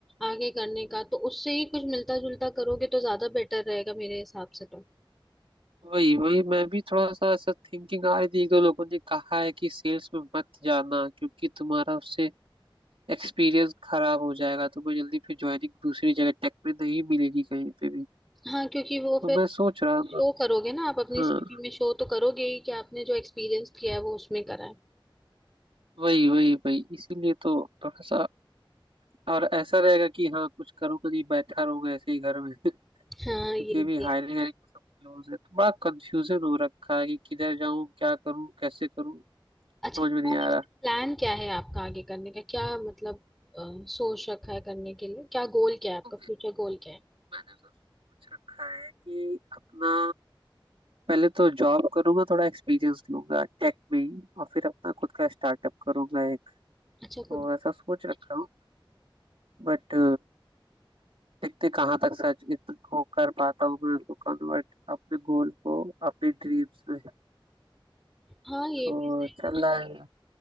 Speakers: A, in the centre; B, on the right.
A: आगे करने का तो उससे ही कुछ मिलता जुलता करोगे तो ज्यादा बेटर रहेगा मेरे हिसाब से तो
B: वही वही मैं भी थोड़ा सा ऐसा थिंकिंग आ रही थी एक दो लोगों ने कहा है कि सेल्स में मत जाना क्योंकि तुम्हारा उससे एक्सपीरियंस खराब हो जाएगा तुम्हें जल्दी फिर ज्वाइनिंग दूसरी जगह टेक में नहीं मिलेगी कहीं पे भी
A: हाँ क्योंकि वो
B: तो
A: फिर
B: मैं सोच रहा था
A: शो
B: हम्म।
A: करोगे ना आप अपनी
B: हाँ
A: सीवी में शो तो करोगे ही कि आपने जो एक्सपीरियंस किया है वो उसमें करा है
B: वही वही वही इसीलिए तो थोड़ा सा और ऐसा रहेगा कि हाँ कुछ करूँगा नहीं बैठा रहूंगा ऐसे ही घर में <laughs>
A: हाँ
B: क्योंकि
A: ये भी
B: अभी हायरिंग
A: है
B: हायरिंग सब क्लोज है तो बड़ा कंफ्यूजन हो रखा है कि किधर जाऊँ क्या करूँ कैसे करूँ समझ
A: अच्छा
B: में नहीं आ
A: प्लान क्या है आपका आगे करने का क्या मतलब अ, सोच रखा है करने के लिए क्या गोल क्या है आपका
B: रहा
A: फ्यूचर गोल क्या है
B: मैंने तो सोच रखा है कि अपना पहले तो जॉब करूंगा थोड़ा एक्सपीरियंस लूंगा टेक में ही और फिर अपना खुद का स्टार्टअप करूंगा एक
A: अच्छा
B: तो
A: खुद
B: ऐसा सोच रखा हूँ बट देखते कहाँ तक सच इत- को कर पाता हूँ मैं उसको कन्वर्ट अपने गोल को अपने ड्रीम्स में
A: हाँ ये
B: तो
A: भी सही
B: चल
A: है
B: रहा है